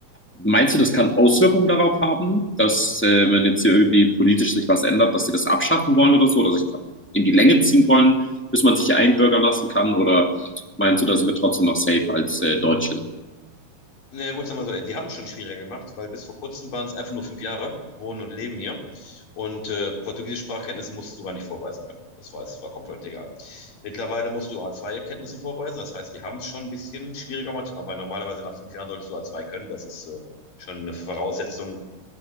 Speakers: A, in the centre; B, on the left (about 75°).
A: Meinst du, das kann Auswirkungen darauf haben, dass äh, wenn jetzt hier irgendwie politisch sich was ändert, dass sie das abschaffen wollen oder so, oder sich in die Länge ziehen wollen, bis man sich hier einbürgern lassen kann? Oder meinst du, da sind wir trotzdem noch safe als äh, Deutsche?
B: Na ja, gut, sagen wir so, die haben es schon schwieriger gemacht, weil bis vor kurzem waren es einfach nur fünf Jahre, wohnen und leben hier. Und äh, portugiesische Sprachkenntnisse musstest du gar nicht vorweisen können. Das war, es war komplett egal. Mittlerweile musst du A2-Kenntnisse vorweisen, das heißt, die haben es schon ein bisschen schwieriger gemacht, aber normalerweise nach fünf Jahren solltest du A2 können. Das ist äh, schon eine Voraussetzung,